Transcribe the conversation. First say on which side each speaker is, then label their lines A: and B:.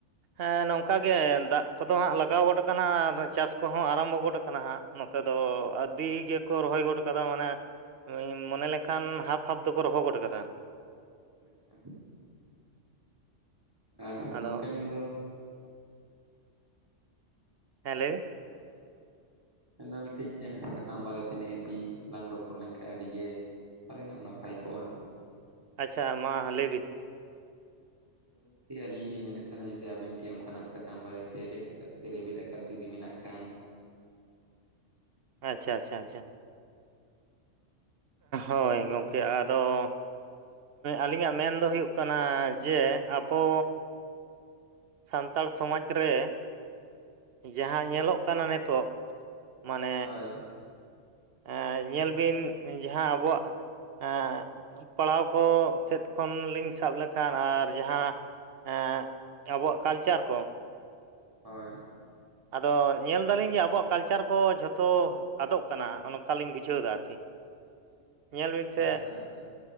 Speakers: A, on the right (about 55°); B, on the right (about 20°).
A: ᱮᱸ ᱱᱚᱝᱠᱟ ᱜᱮ ᱫᱟᱜ ᱠᱚᱫᱚ ᱦᱟᱸᱜ ᱞᱟᱜᱟᱣ ᱜᱚᱫ ᱟᱠᱟᱱᱟ ᱟᱨ ᱪᱟᱥ ᱠᱚᱦᱚᱸ ᱟᱨᱚᱢᱵᱚ ᱜᱚᱫ ᱠᱟᱱᱟ ᱦᱟᱸᱜ ᱱᱚᱛᱮ ᱫᱚ ᱟᱹᱰᱤ ᱜᱮᱠᱚ ᱨᱚᱦᱚᱭ ᱜᱚᱫ ᱠᱟᱫᱟ ᱢᱟᱱᱮ ᱢᱚᱱᱮ ᱞᱮᱱᱠᱷᱟᱱ ᱦᱟᱯ ᱦᱟᱯ ᱫᱚᱠᱚ ᱨᱚᱦᱚ ᱜᱚᱫ ᱠᱟᱫᱟ᱾
B: <inaudible> ᱟ
A: ᱟᱫᱚ
B: ᱜᱚᱝᱠᱮ ᱢᱮᱱᱫᱚ
A: ᱦᱮᱸ ᱞᱟᱹᱭ ᱵᱤᱱ
B: <inaudible> ᱯᱚᱲᱱᱟ ᱢᱮᱱᱫᱚ ᱢᱤᱫᱴᱤᱡ ᱥᱟᱠᱟᱢ ᱵᱟᱨᱮᱛᱮ ᱱᱤᱦᱟᱹᱛᱤ ᱞᱟᱝ ᱨᱚᱯᱚᱲ ᱞᱮᱱᱠᱷᱟᱡ ᱟᱹᱰᱤᱜᱮ ᱯᱟᱞᱮᱱᱚᱜ ᱱᱟᱯᱟᱭ ᱠᱚᱜᱼᱟ
A: ᱟᱪᱪᱷᱟ ᱢᱟ ᱞᱟᱹᱭᱵᱤᱱ
B: ᱟᱫᱚ ᱜᱚᱝᱠᱮ ᱟᱹᱞᱤᱧ ᱞᱤᱧ ᱢᱮᱱᱮᱫ ᱛᱟᱦᱮᱱᱟ ᱡᱩᱫᱤ ᱟᱵᱤᱱ ᱴᱷᱮᱱ ᱚᱱᱠᱟᱱᱟᱜ ᱥᱟᱠᱟᱢ ᱵᱟᱨᱮᱛᱮ ᱨᱮᱫ ᱟᱠᱟᱫ ᱥᱮ ᱨᱮᱵᱮᱫ ᱟᱠᱟᱫ ᱡᱩᱫᱤ ᱢᱮᱱᱟᱜ ᱠᱷᱟᱱ ᱵᱮᱱ
A: ᱟᱪᱪᱷᱟ
B: ᱞᱟᱹᱭ
A: ᱟᱪᱪᱷᱟ
B: ᱠᱮᱭᱟ
A: ᱟᱪᱪᱷᱟ ᱦᱳᱭ ᱜᱚᱝᱠᱮ ᱟᱫᱚ ᱟᱹᱞᱤᱧᱟᱜ ᱢᱮᱱ ᱫᱚ ᱦᱩᱭᱩᱜ ᱠᱟᱱᱟ ᱡᱮ ᱟᱵᱚ ᱥᱟᱱᱛᱟᱲ ᱥᱚᱢᱟᱡᱽ ᱨᱮ ᱡᱟᱦᱟᱸ ᱧᱮᱞᱚᱜ ᱠᱟᱱᱟ ᱱᱤᱛᱚᱜ ᱢᱟᱱᱮ
B: ᱦᱳᱭ
A: ᱮ ᱧᱮᱞ ᱵᱤᱱ ᱡᱟᱦᱟᱸ ᱟᱵᱚᱣᱟᱜ ᱮ ᱯᱟᱲᱦᱟᱣ ᱠᱚ ᱥᱮᱫ ᱠᱷᱚᱱ ᱞᱤᱧ ᱥᱟᱵ ᱞᱮᱠᱷᱟᱱ ᱟᱨ ᱡᱟᱦᱟᱸ ᱮᱫ ᱟᱵᱚᱣᱟᱜ ᱠᱟᱞᱪᱟᱨ ᱠᱚ
B: ᱦᱳᱭ
A: ᱟᱫᱚ ᱧᱮᱞᱫᱟᱞᱤᱧ ᱡᱮ ᱟᱵᱚᱣᱟᱜ ᱠᱟᱞᱪᱟᱨ ᱠᱚ ᱡᱷᱚᱛᱚ ᱟᱫᱚᱜ ᱠᱟᱱᱟ ᱾ ᱱᱚᱝᱠᱟᱞᱤᱧ ᱵᱩᱡᱷᱟᱹᱣ ᱮᱫᱟ ᱟᱨᱠᱤ, ᱧᱮᱞ ᱵᱤᱱ ᱥᱮ
B: ᱟᱪᱪᱷᱟ ᱟᱪᱪᱷᱟ